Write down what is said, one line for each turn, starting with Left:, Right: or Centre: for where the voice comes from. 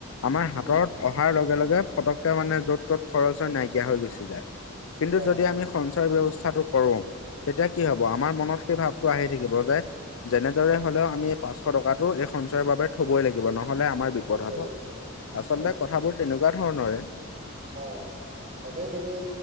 Left: আমাৰ হাতত
Right: উম
Left: অহাৰ লগে লগে পটককে মানে য'ত-ত'ত খৰচ হৈ নাইকিয়া হৈ গুছি যায়। কিন্তু
Right: হয়
Left: যদি
Right: হয়
Left: আমি সঞ্চয় ব্যৱস্থাটো কৰো তেতিয়া কি হ'ব
Right: উম
Left: আমাৰ মনত সেই ভাব টো আহি থাকিব যে যেনেদৰে হ'লেও আমি এই পাঁচশ টকাটো এই সঞ্চয়ৰ বাবে থ'বই লাগিব নহ'লে আমাৰ বিপদ
Right: চবৰে
Left: হ'ব। আচলতে
Right: হয়
Left: কথাবোৰ তেনেকুৱা ধৰণৰে।
Right: অ তাকে তুমি